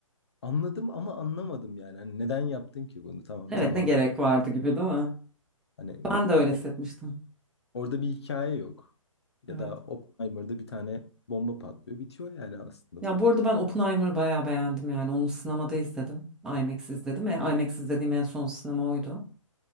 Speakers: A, on the left; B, in the centre.
A: Anladım ama anlamadım yani. Hani neden yaptın ki bunu? Tamam
B: Evet
A: zamanla
B: ne gerek vardı gibi değil mi?
A: hani
B: Ben de öyle
A: o-
B: hissetmiştim.
A: orada bir hikaye yok. Ya
B: Evet.
A: da Oppenheimer'da bir tane bomba patlıyor. Bitiyor yani aslında
B: Ya
A: olay.
B: bu arada ben Oppenheimer'ı bayağı beğendim yani onu sinemada izledim. IMAX izledim. E, IMAX izlediğim en son sinema oydu.